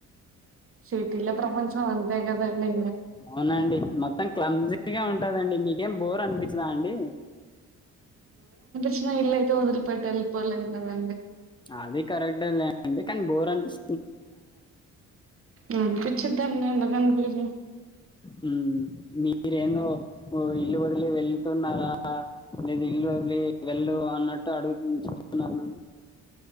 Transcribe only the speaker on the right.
సిటీల ప్రపంచం అంతే కదండి
చిన్న ఇల్ అయితే వదిలిపెట్టీ ఎల్లిపోలేం కదండి
న కుచ్చద్దాన్ <inaudible> ఉహు